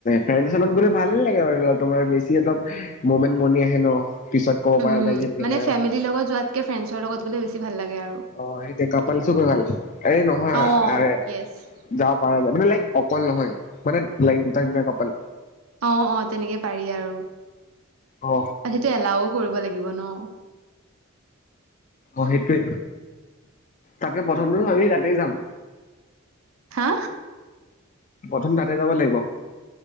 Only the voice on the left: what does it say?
ফত গলে ভাল লাগে আৰু তোমাৰ বেছি অলপ মমেন্ট বনি আহে ন পিছত কব
পৰা যায় যে এনেকা
অ সেইয়া কপাল চকৈ ভাল এ নহয়
আ
যাব পৰা যায় মানে লাইক অকল নহয় মানে লাইক দুটা তিটা কাপাল
অ
অ সেইটোোৱে তাকে প্ৰথমটোো আমি তাতে যাম
প্ৰথম তাতে যাব লাগিব